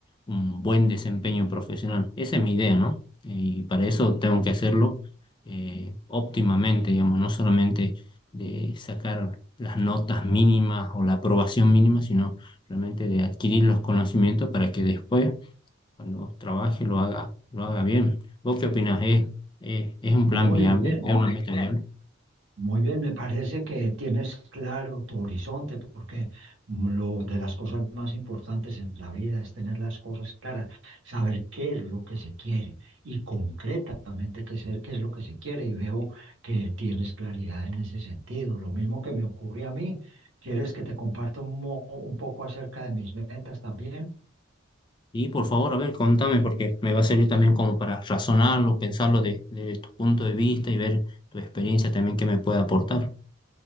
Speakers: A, on the left; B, on the right.
A: un buen desempeño profesional. Esa es mi idea, ¿no? Y para eso tengo que hacerlo eh, óptimamente, digamos, no solamente de sacar las notas mínimas o la aprobación mínima, sino realmente de adquirir los conocimientos para que después cuando trabaje lo haga, lo haga bien. ¿Vos qué opinás? ¿Es, es, es un
B: Muy
A: plan viable?
B: bien.
A: ¿Es una meta viable?
B: Muy bien, me parece que tienes claro tu horizonte, porque lo de las cosas más importantes en la vida es tener las cosas claras, saber qué es lo que se quiere y concretamente qué, se- qué es lo que se quiere. Y veo que tienes claridad en ese sentido. Lo mismo que me ocurrió a mí. ¿Quieres que te comparta un, mo- un poco acerca de mis metas también?
A: Y por favor, a ver, contame, porque me va a servir también como para razonarlo, pensarlo desde tu punto de vista y ver tu experiencia también que me puede aportar.